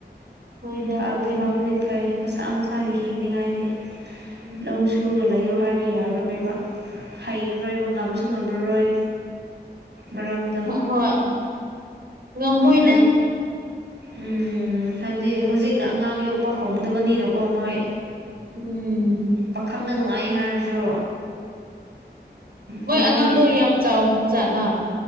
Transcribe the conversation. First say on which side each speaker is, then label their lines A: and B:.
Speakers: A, on the right; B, on the right.
A: ꯍꯣꯏꯗ
B: ꯐ
A: ꯍꯣꯏꯗ
B: ꯐꯕꯗꯤ ꯐꯩ ꯃꯁꯥ ꯃꯁꯥꯒꯤ ꯍꯤꯡꯅꯤꯡꯉꯥꯏꯗꯤ
A: ꯎꯝ
B: ꯂꯧ ꯁꯨꯔꯒ ꯂꯩꯌꯣ ꯍꯥꯏꯔꯗꯤ ꯌꯥꯔꯔꯣꯏꯕ ꯍꯩꯔꯔꯣꯏꯕ ꯉꯝꯁꯨ ꯉꯝꯃꯔꯣꯏ ꯃꯔꯝꯗꯣ
A: ꯍꯣꯏ ꯉꯝꯃꯣꯏꯗ
B: ꯍꯣꯏ ꯎꯝ ꯍꯥꯏꯕꯗꯤ ꯍꯧꯖꯤꯛꯅ ꯑꯉꯥꯡ ꯌꯣꯛꯄ ꯍꯧꯗꯕꯅꯤꯅ ꯀꯣ ꯃꯣꯏ
A: ꯎꯝ
B: ꯄꯥꯈꯪꯅ ꯅꯨꯡꯉꯥꯏ ꯍꯥꯏꯔꯁꯨ
A: ꯃꯣꯏ
B: ꯃꯔꯝꯗꯤ
A: ꯑꯉꯥꯡꯗꯣ ꯌꯥꯝ ꯆꯥꯎꯈ꯭ꯔꯕ ꯖꯥꯠꯂꯥ